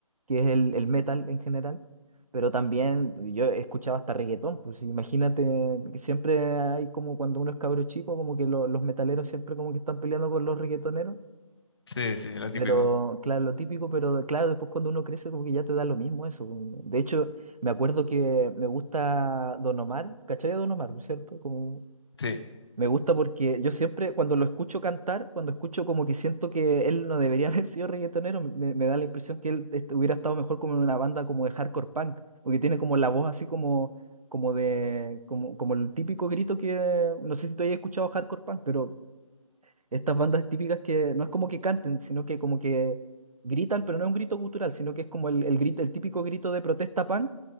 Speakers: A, on the right; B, on the left.
A: que es el, el metal en general, pero también yo escuchaba hasta reggaetón, pues imagínate, siempre hay como cuando uno es cabro chico, como que lo- los metaleros siempre como que están peleando con los reggaetoneros,
B: sí, sí, lo típico,
A: pero claro, lo típico, pero claro, después cuando uno crece como que ya te da lo mismo eso. pues. De hecho, me acuerdo que me gusta Don Omar, ¿cachai a Don Omar, por cierto? Como
B: sí,
A: me gusta porque yo siempre, cuando lo escucho cantar, cuando escucho como que siento que él no debería <laughs> haber sido reggaetonero, me, me da la impresión que él est- hubiera estado mejor como en una banda como de hardcore punk, porque tiene como la voz así como, como de, como, como el típico grito que, no sé si tú hayas escuchado hardcore punk, pero estas bandas típicas que no es como que canten, sino que como que gritan, pero no es un grito gutural, sino que es como el, el grito, el típico grito de protesta punk